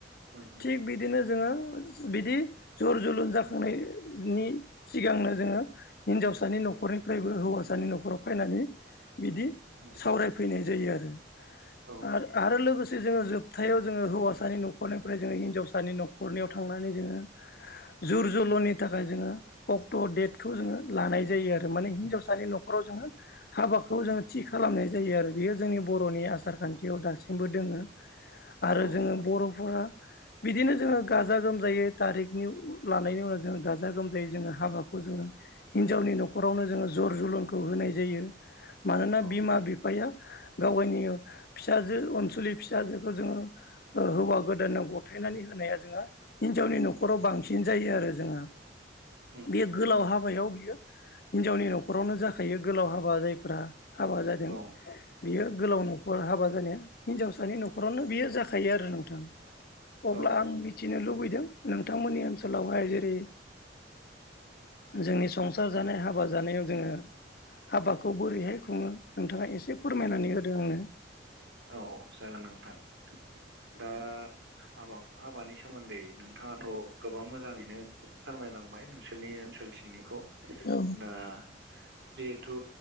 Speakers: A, on the right (about 75°); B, on the left (about 55°).
A: उम
B: थिग बिदिनो जोङो बिदि जर जोलुर जाखांनायनि सिगांनो जोङो हिनजावसानि न'खरनिफ्रायबो हौवासानि न'खराव फैनानै बिदि
A: उम
B: सावरायफैनाय जायो आरो
A: औ
B: आरो आरो लोगोसे जोङो जोबथायाव जोङो हौवासानि न'खरनिफ्राय जोङो हिनजावसानि न'खर नख'रनियाव थांनानै जोङो जुर जोल'नि थाखाय जोङो अक्ट' डेटखौ जोङो लानाय जायो आरो माने हिन्जावसानि न'खराव जोङो हाबाखौ जोङो थि खालामनाय जायो आरो बेयो जोंनि बर'नि आसार खान्थियाव दासिमबो दोङो आरो
A: औ
B: जोङो बर'फोरा बिदिनो जोङो गाजा गोमजायै थारिखनि लानायनि उनाव जोङो गाजा गोमजायै जोङो हाबाखौ जोङो हिन्जावनि न'खरावनो जोङो जर जलनखौ होनाय जायो मानोना
A: औ
B: बिमा बिफाया गावावनि फिसाजो ओनसुलि फिसाजोखौ जोङो हौवा गोदानाव गथायनानै होनाया जोङहा हिनजावनि न'खराव बांसिन जायो आरो जोंहा
A: उम
B: बे गोलाव हाबायाव हिनजावनि न'खरावनो जाखायो गोलाव हाबा जायफोरा हाबा जादों
A: औ
B: बियो गोलाव न'खर हाबा जानाया हिनजावसानि न'खरावनो बियो जाखायो आरो नोंथां अब्ला
A: औ
B: आं मिथिनो लुबैदों नोंथांमोननि ओनसोलावहाय जेरै जोंनि खसार जानाय हाबा जानायाव जोङो हाबाखौ बोरैहाय खुङो नोंथाङा एसे फोरमायनानै होदों आंनो
A: अ जागोन नोंथां दा हाबा हाबानि सोमोन्दै नोंथाङाथ' गोबां मोजाङैनो फोरमायलांबाय नोंसोरनि ओनसोलसिम सिनिखौ
B: औ
A: दा जिहेथु